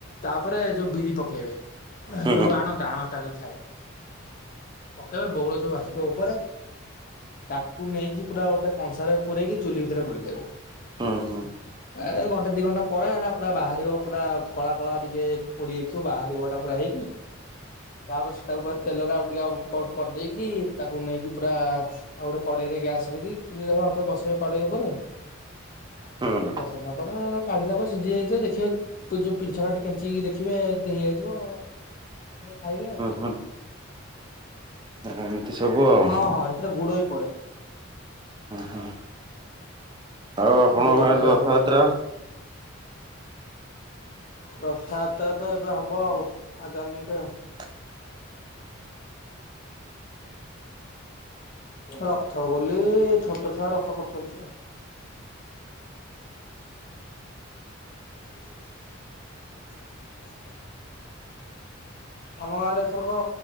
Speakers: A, on the left (about 40°); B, on the right (about 20°).
A: ତାପରେ ଯୋଉ ବିରି ପକେଇବେ
B: ହୁଁ ହୁଁ
A: ଯୋଉ
B: ହୁଁ ହୁଁ।
A: ଆଣଟା ଆଣଟା ଯୋଉ ଥାଏ ଓକେ ବୋଉଳ ସବୁ ବସୁଥିବ ଉପରେ ତାକୁ ନେଇକି ପୁରା ଗୋଟେ କଂସା ରେ ପୁରରେଇକି ଚୁଲି ଭିତରେ ପୁରାଇଦେବେ।
B: ହଁ ହଁ।
A: ଏ ଘଣ୍ଟା ଦି ଘଣ୍ଟା ପରେ ଏଟା ପୁରା ବାହାରିବ ପୁରା କଳା କଳା ଟିକେ ପୋଡି ଯାଇଥିବ ବାହାରିବ ଏଟା ହେଇକି ତାପରେ ସେଟାକୁ ତେଲରେ ଆଉ ଟିକେ ଉଠ ପାଉଟ କରିଦେଇକି ତାକୁ ନେଇକି ପୁରା ଆଉ ଗୋଟେ କଡେଇ ରେ ଗ୍ୟାସରେ, ଚୁଲି ରେ ଆଉ ଥରେ ବସେଇବେ କଡେଇ ଉପରେ
B: ହୁଁ
A: ବସଲା ପରେ କାଢିଲା ପରେ ସିଝି ଯାଇଥିବ ଦେଖିବେ ଯୋଉ ପିଛ କାଟି କେଞ୍ଚିକି ଦେଖିବେ ହେଇଯଇଯିଵ ଖାଇବେ ଆଉ।
B: ହୁଁ ଏମିତି ସବୁ ଆଉ
A: ହଁ
B: ହୁଁ
A: ହଁ ସେଥିରେ ଗୁଡ଼ ହୋଇ ପଡ଼େ।
B: ହୁଁ। ଆଉ ଆପଣଙ୍କ
A: ବଉଳଆ
B: ଗାଁରେ
A: ପିଠା ଟା
B: ରଥଯାତ୍ରା
A: ଭଲ ଲାଗେ ରଥଯାତ୍ରା ତ ଏବେ ହବ ଆଉ ଆଗାମୀରେ ଆଉ
B: <inaudible>
A: ରଥ ବୋଲି ଛୋଟ ଛୁଆ ରଥ କରୁଛନ୍ତି। <inaudible> ଆମ ଗାଁ ରେ ଏଥରକ